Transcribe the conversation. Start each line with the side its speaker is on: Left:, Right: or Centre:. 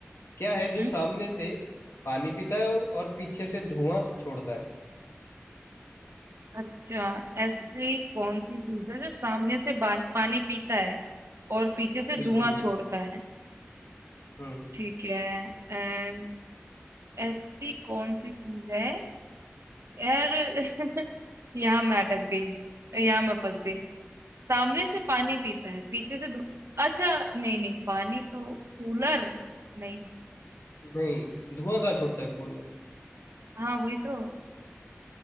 Left: क्या है जो
Right: हम्म
Left: सामने से पानी पीता है और पीछे से धुआं छोड़ता है
Right: अच्छा ऐसी कौन सी चीज है जो सामने से बा- पानी पीता है और पीछे से
Left: बिल्कुल
Right: धुआं छोड़ता है
Left: हम्म
Right: ठीक है अ, ऐसी कौन सी चीज है यार <laughs> यहाँ मैं अटक गई यहाँ मैं फंस गई सामने से पानी पीता है पीछे से धु... अच्छा नहीं नहीं पानी तो कूलर नहीं
Left: नहीं धुआं कहाँ छोड़ता है कूलर
Right: हाँ वही तो